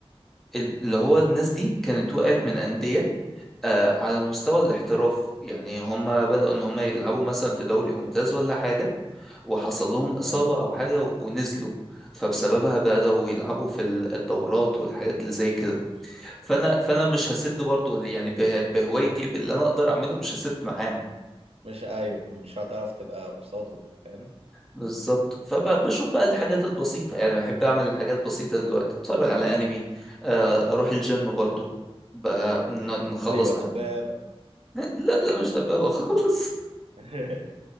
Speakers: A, in the centre; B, on the right (about 75°).
A: ال- اللي هو الناس دي كانت وقعت من انديه آه على مستوى الاحتراف يعني هم بدأوا ان هم يلعبوا مثلا في دوري ممتاز ولا حاجة وحصل لهم إصابة
B: اه
A: او حاجة و- ونزلوا فبسببها بدأوا يلعبوا في ال- الدورات والحاجات اللي زي كده فانا فانا مش هسد برضو يعني به- بهوايتي باللي انا اقدر اعمله مش هسد معاهم
B: مش ايوه مش هتعرف تبقى قصادهم فاهم
A: بالظبط فبشوف بقى الحاجات البسيطة يعني بحب اعمل الحاجات بسيطة دلوقتي اتفرج على انمي آه اروح الجيم برضو ب- ن- نخلص
B: ايوه
A: مع
B: دبابه
A: لا لا مش دبابة خالص
B: <laughs>